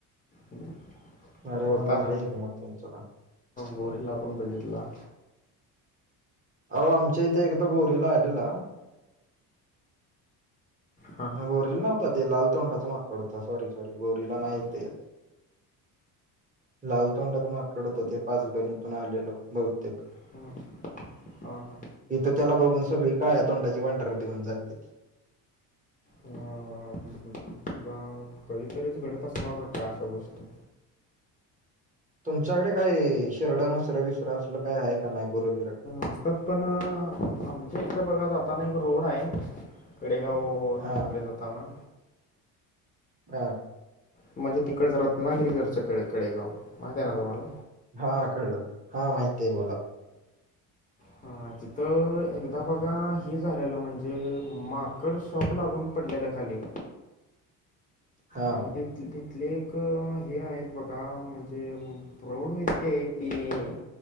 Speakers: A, on the left; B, on the right.
A: हो.
B: अरे
A: होता
B: वा भारी
A: ना
B: आहे की मग तुमचं काम.
A: गोरीला पण बघितला.
B: अहो आमच्या इथे एकदा गोरीला आलेला,
A: हां
B: गोरीला नव्हता ते लाल तोंडाचं माकड होत, असं वाटत होत ते गोरीला
A: हां
B: नाही ते. लाल तोंडाच माकड होत ते. पाचगणीतून आलेलो बहुतेक
A: हां हा हा
B: इथं त्याला बघून सगळी काळ्या तोंडाची वांढर भिऊन जात्याती.
A: अ तुला कधीतरीच घडत असणार ब का अशा गोष्टी?
B: तुमच्याकडे काही शेर्ड मसर विसर असल काय आहे का नाही गुरोबिर.
A: असतात पण आमच्या इकडें बघा जाताना एक रोड आहे कडेगाव. हो
B: हां,
A: तिकडे जाताना.
B: हा.
A: म्हणजे तिकडचं रत्नागिरी कडचं कडेगाव माहित आहे ना तुम्हाला?
B: हा कळलं हा माहती आहे बोला.
A: ह तिथं एकदा बघा हि झालेलं म्हणजे माकड शॉक लागून पडलेलं खाली.
B: हां,
A: आणि ते तिथे. तिथंले एक हे आहेत. बघा म्हणजे प्रौढ व्यक्ती आहे ती,